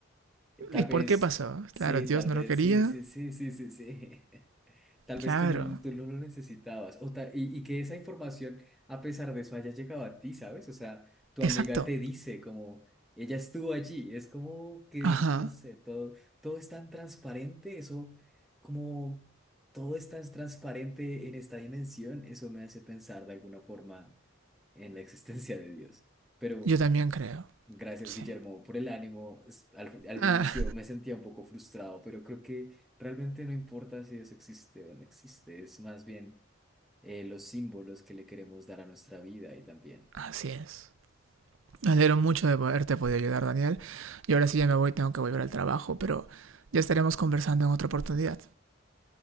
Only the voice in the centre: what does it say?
Tal
vez,
sí,
tal
vez,
sí, sí, sí, sí, sí, sí. <laughs> Tal
vez tú no, tú no lo necesitabas. O ta- y, y que esa información, a pesar de eso, haya llegado a ti, ¿sabes? O sea, tu
amiga te dice como, ella estuvo allí. Es como que,
no sé, todo, todo es tan transparente. Eso, como, todo es tan transparente en esta dimensión. Eso me hace pensar de alguna forma en la existencia de Dios. Pero
Gracias,
Guillermo, por el ánimo. Es- Al, al
inicio me sentía un poco frustrado, pero creo que realmente no importa si eso existe o no existe, es más bien eh, los símbolos que le queremos dar a nuestra vida y también.